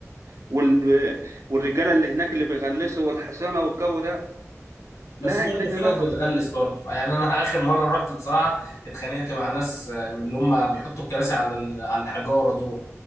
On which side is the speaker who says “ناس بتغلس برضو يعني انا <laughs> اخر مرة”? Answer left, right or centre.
Left